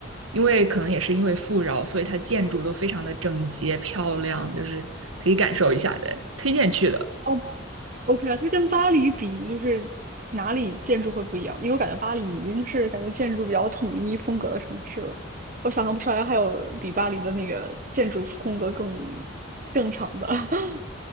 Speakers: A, on the right; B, on the right.
A: 因为可能也是因为富饶，所以它建筑都非常的整洁漂亮，就是可以感受一下的，推荐去的。
B: <laughs> 哦，OK，啊，它跟巴黎比，就是哪里建筑会不一样？因为我感觉巴黎已经是感觉建筑比较统一风格的城市了，我想象不出来还有比巴黎的那个建筑风格更正常的。<laughs>